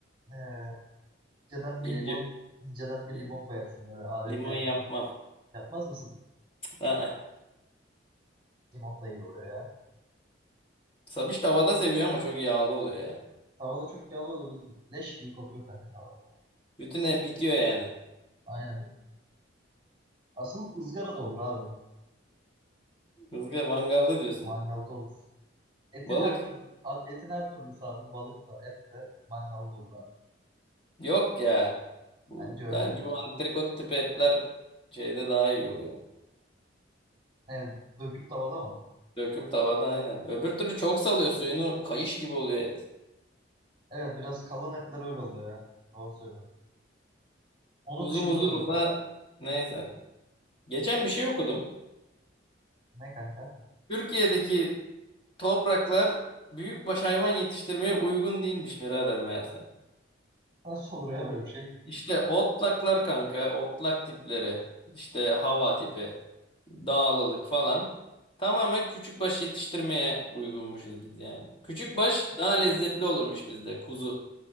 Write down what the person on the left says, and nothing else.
İnci,
in-
limon
yapmam.
Aa.
Sabiş tavada seviyor ama çok yağlı oluyor ya.
Bütün ev bitiyor yani.
Kızgın mangalda diyorsun.
Balık.
Yok ya. Bu
bence bu antrikot tipi etler şeyde daha iyi oluyor.
Döküm tavada aynen. Öbür türlü çok salıyor suyunu kayış gibi oluyor et.
Uzun
uzun
olsa neyse. Geçen bir şey okudum.
Türkiye'deki topraklar büyükbaş hayvan yetiştirmeye uygun değilmiş birader meğerse.
İşte otlaklar kanka, otlak tipleri, işte hava tipi, dağlılık falan tamamen küçükbaş yetiştirmeye uygunmuşuz biz yani. Küçükbaş daha lezzetli olurmuş bizde kuzu.